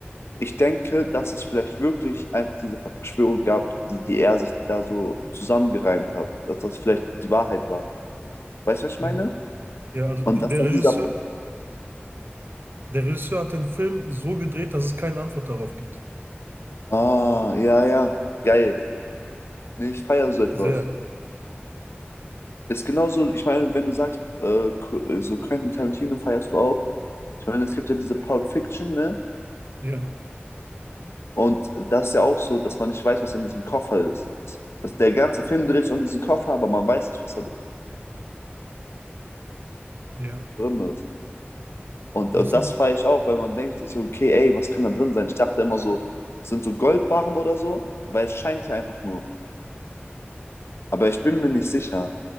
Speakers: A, on the left (about 80°); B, on the right (about 55°).
A: Ich denke, dass es vielleicht wirklich einfach diese Verschwörung gab, die, die er sich da so zusammengereimt hat, dass das vielleicht die Wahrheit war. Weißt du, was ich
B: Ja.
A: meine?
B: Ja, also d-
A: Und dass
B: der
A: dann
B: Regisseur,
A: dieser...
B: der Regisseur hat den Film so gedreht, dass es keine Antwort darauf gibt.
A: Ah, ja, ja, geil. Nee, ich feiere so etwas.
B: Sehr.
A: Ist genauso, ich meine, wenn du sagst, äh, Qu- äh, so Quentin Tarantino feierst du auch. Ich meine, es gibt ja diese Pulp Fiction, ne?
B: Ja,
A: Und das ist ja auch so, dass man nicht weiß, was in diesem Koffer ist. Also der ganze Film dreht sich um diesen Koffer, aber man weiß nicht, was da
B: ja.
A: drin ist. Und,
B: Was
A: und
B: denn?
A: das feiere ich auch, weil man denkt sich, so, okay, ey, was kann da drin sein? Ich dachte immer so, sind so Goldbarren oder so, aber es scheint ja einfach nur. Aber ich bin mir nicht sicher.